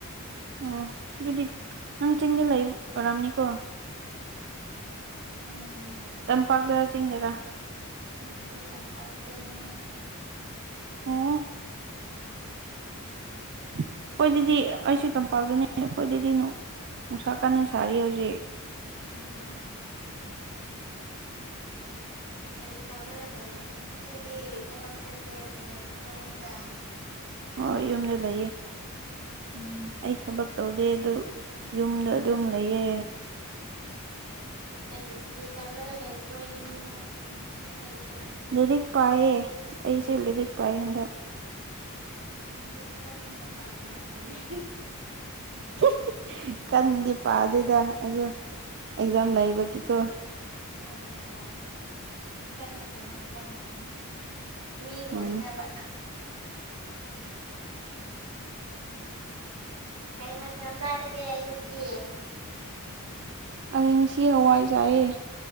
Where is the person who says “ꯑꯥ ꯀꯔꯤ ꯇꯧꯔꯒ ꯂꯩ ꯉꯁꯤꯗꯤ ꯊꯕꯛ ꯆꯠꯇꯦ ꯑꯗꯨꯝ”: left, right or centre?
Right